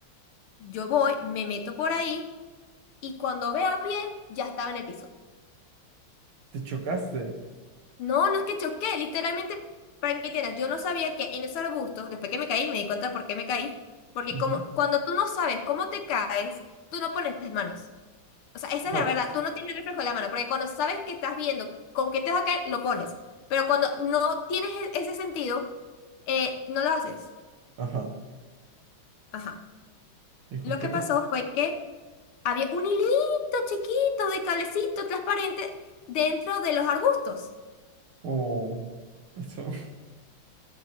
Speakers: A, on the left; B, on the right.
A: Yo voy, me meto por ahí y cuando veo bien, ya estaba en el piso.
B: te chocaste.
A: No, no es que choqué, literalmente, para que tienes, yo no sabía que en esos arbustos, después que me caí, me di cuenta por qué me caí, porque
B: Ujú.
A: como cuando tú no sabes cómo te caes, tú no pones las manos. O sea, esa
B: No,
A: es la verdad, tú no tienes el reflejo de la mano, porque cuando sabes que estás viendo con qué te vas a caer, lo pones. Pero cuando no tienes e- ese sentido, eh, no lo haces.
B: ajá.
A: Ajá.
B: ¿Y con
A: Lo
B: qué
A: que
B: te...?
A: pasó fue que había un hilito chiquito de cablecito transparente dentro de los arbustos.
B: Oh, eso, <laughs>